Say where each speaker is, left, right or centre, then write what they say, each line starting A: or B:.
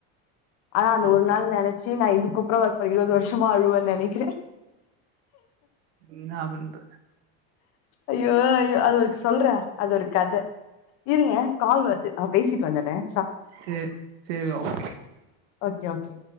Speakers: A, on the left; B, on the right.
A: ஆனா அந்த ஒரு
B: ஓகே
A: நாள் நினைச்சு நா இது குப்புரவப்ப இருபது வருஷமா அழுவன்னு நெனைக்கிறேன்
B: என்னா பண்றது
A: ஐயோ ஐயோ அது ஒருக் சொல்றே அது ஒரு கதை இருங்க கால் வருது நா பேசிட்டு வந்துடுறேன்
B: செரி செரி ஒகே
A: ஓகே ஓகே